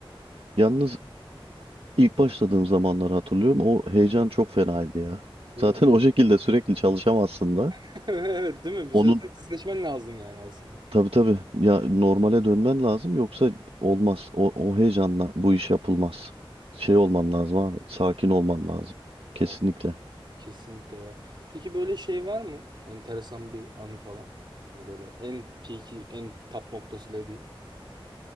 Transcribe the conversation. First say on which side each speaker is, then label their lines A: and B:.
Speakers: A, on the right (about 75°); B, on the right (about 55°).
A: Yalnız ilk başladığım zamanları hatırlıyorum. O heyecan çok fenaydı ya. <laughs>
B: Değil
A: Zaten
B: mi?
A: o şekilde sürekli çalışamazsın da.
B: <laughs> Evet, değil mi? Bir
A: Onun
B: süre sonra hissizleşmen lazım yani aslında.
A: tabii tabii ya normale dönmen lazım yoksa olmaz. O, o heyecanla bu iş yapılmaz. Şey
B: Evet,
A: olman lazım abi. Sakin olman lazım. Kesinlikle.
B: evet, kesinlikle ya. Peki böyle şey var mı? Enteresan bir anı falan. Hani böyle en peak'i, en top noktası dediğin.